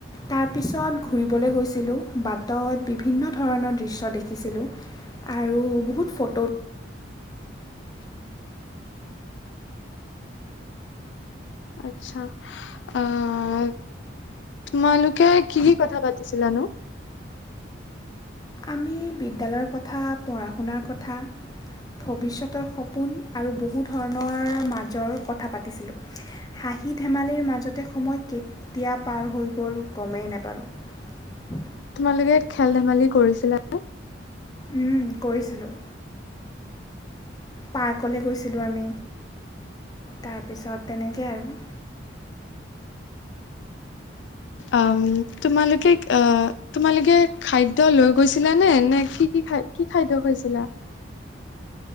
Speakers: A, on the left; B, on the left.
A: তাৰপিছত ঘূৰিবলৈ গৈছিলোঁ বাটত বিভিন্ন ধৰণৰ দৃশ্য দেখিছিলোঁ আৰু বহুত ফটোোঁ
B: আছা আহ তোমালোকে কি কি কথা পাতিছিলাানো
A: আমি বিদ্যালয়ৰ কথা পঢ়া শুনাৰ কথা ভৱিষ্যতৰ সপোন আৰু বহু ধৰণৰ মাজৰ কথা পাতিছিলোঁ হাঁহি ধেমালিৰ মাজতে সময় কেতিয়া পাৰ হৈ গ'ল গমেই নাপালোঁ
B: তোমালোকে খেল ধেমালি কৰিছিলা
A: উম কৰিছিলোঁ পাৰ্কলৈ গৈছিলোঁ আমি তাৰপিছত তেনেকৈ আৰু
B: উম তোমালোকে তোমালোকে খাদ্য লৈ গৈছিলা নে নে কি, কি খ কি খাদ্য খাইছিলা?